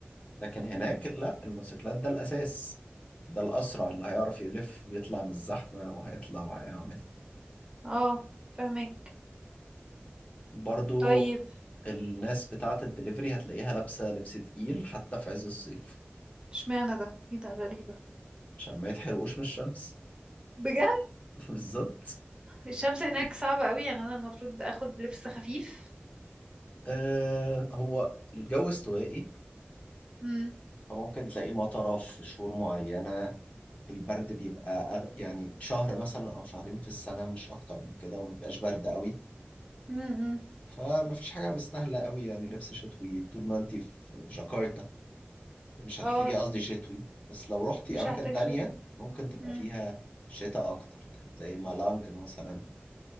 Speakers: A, on the left; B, on the right.
A: لكن هناك لا الموتوسيكلات ده الأساس ده الأسرع اللي هيعرف يلف ويطلع من الزحمة وهيطلع وهيعمل
B: اه فهمك
A: برضو
B: طيب
A: الناس بتاعة الدليفري هتلاقيها لابسة لبس تقيل حتى في عز الصيف
B: اشمعنى ده ايه ده غريبة
A: عشان ما يتحرقوش من الشمس
B: بجد
A: <laughs> بالظبط
B: الشمس هناك صعبة قوي يعني انا المفروض اخد لبس خفيف
A: آه هو الجو استوائي
B: امم
A: فممكن تلاقيه مطرة في شهور معينة البرد بيبقى أغ... يعني شهر مثلا او شهرين في السنه مش اكتر من كده وما بيبقاش برد قوي
B: امم
A: فما فيش حاجه مستاهله قوي يعني لبس شتوي طول ما انت في جاكرتا مش هتحتاجي
B: اه
A: قصدي شتوي بس لو رحتي
B: مش
A: اماكن
B: هحتاج
A: تانية
B: شد
A: ممكن تبقى
B: مم.
A: فيها شتاء اكتر يعني زي مالانج مثلا